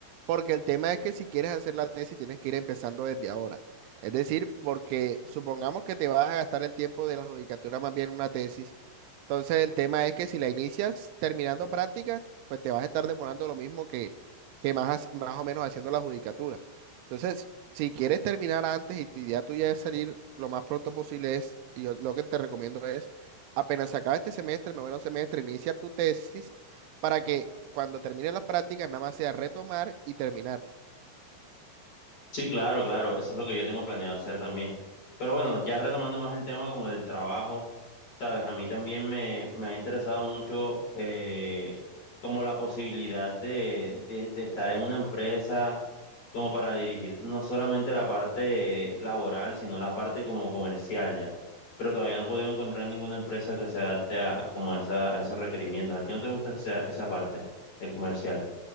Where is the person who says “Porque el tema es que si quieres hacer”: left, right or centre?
Right